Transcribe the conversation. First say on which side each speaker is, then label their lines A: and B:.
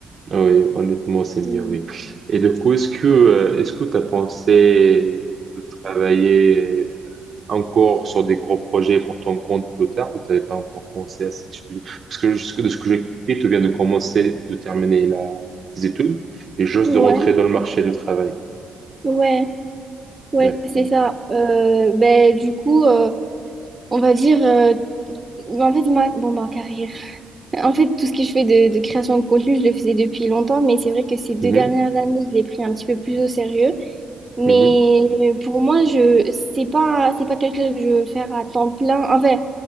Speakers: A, on the right (about 40°); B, on the right (about 20°).
A: Ah Oui, honnêtement, c'est
B: Mhm.
A: mieux, oui. Et du coup, est-ce que, euh, est-ce que tu as pensé de travailler euh, encore sur des gros projets pour ton compte plus tard ou tu n'avais pas encore pensé à ces choses? Parce que jusque- de ce que j'ai compris, tu viens de commencer, de terminer la, tes études et juste
B: Ouais,
A: de rentrer dans le marché du travail.
B: ouais, ouais,
A: D'accord.
B: c'est ça. Euh, ben, du coup, euh, on va dire, euh, Bah, En fait, moi, bon, ma carrière. <laughs> En fait, tout ce que je fais de, de création de contenu, je le faisais depuis longtemps, mais c'est vrai que ces deux
A: Mhm,
B: dernières années, je l'ai pris un petit peu plus au sérieux. Mais
A: mhm,
B: euh, pour moi, je c'est pas c'est pas quelque chose que je veux faire à temps plein. Enfin,